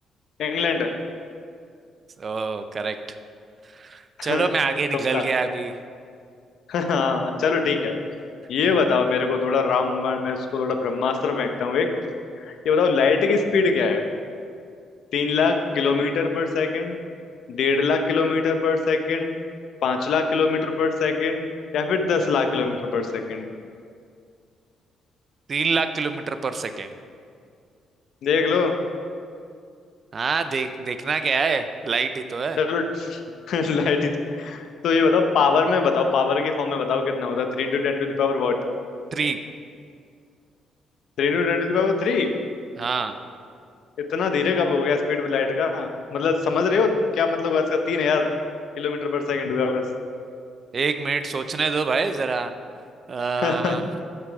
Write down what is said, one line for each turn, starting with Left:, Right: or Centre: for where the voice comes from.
Left: इंग्लैंड
Right: ओ करेक्ट
Left: <laughs>
Right: चलो मैं आगे निकल
Left: तुक्का
Right: गया अभी
Left: <laughs> हाँ चलो ठीक है ये
Right: हाँ
Left: बताओ मेरे को थोड़ा राम मैं उसको थोड़ा ब्रह्मास्त्र फेंकता हूँ एक ये बताओ लाइट की स्पीड क्या है तीन लाख किलोमीटर पर सेकंड डेढ़ लाख किलोमीटर पर सेकंड पांच लाख किलोमीटर पर सेकंड या फिर दस लाख किलोमीटर पर सेकंड
Right: तीन लाख किलोमीटर पर सेकेंड
Left: देख लो
Right: हाँ देख देखना क्या है लाइट ही तो है
Left: चलो <laughs> लाइट ही तो तो ये बताओ पावर में बताओ पावर के फॉर्म में बताओ कितना होता है Three into ten to the power वॉट
Right: थ्री
Left: Three into ten to the power three
Right: हाँ
Left: इतना धीरे कब हो गया स्पीड लाइट का मतलब समझ रहे हो क्या मतलब हुआ इसका तीन हजार किलोमीटर पर सेकंड हुआ बस
Right: एक मिनट सोचने दो भाई जरा आ,
Left: <laughs>